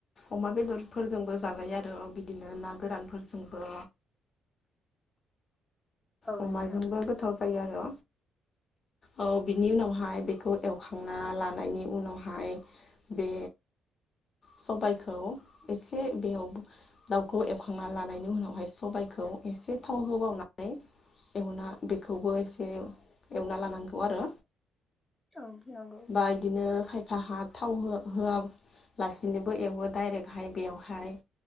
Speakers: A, on the left; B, in the centre.
A: अमा बेदर फोरजोंबो जाबाय आरो बिदिनो ना गोरानफोरजोंबो।
B: औ
A: अमाजोंबो
B: नोंथां
A: गोथाव जायो आरो औ बिनि उनावहाय बेखौ एवखांना लानायनि उनावहाय बे सबाइखौ एसे बेयाव दाउखौ एवखांना लानायनि उनावहाय सबायखौ एसे थाव होबावनानै एवना बेखौबो एसे एवना लानांगौ आरो।
B: औ नंगौ
A: बा इदिनो खाय <unintelligible> थाव हो होआलासिनोबो एवो डाइरेक्टहाय बेयावहाय।